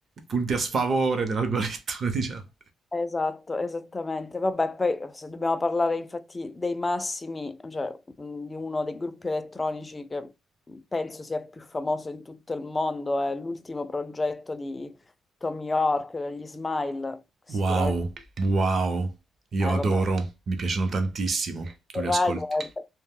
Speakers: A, on the right; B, on the left.
A: punti a sfavore dell'algoritmo, <laughs> diciamo.
B: Esatto, esattamente. Vabbè, poi se dobbiamo parlare infatti dei massimi, cioè mh, di uno dei gruppi elettronici che penso sia più famoso in tutto il mondo, è l'ultimo progetto di Tom York, gli Smile, sicuramente.
A: Wow, wow, io
B: Eh,
A: adoro,
B: vabbè.
A: mi piacciono tantissimo, tu
B: Il
A: li ascolti.
B: radio è-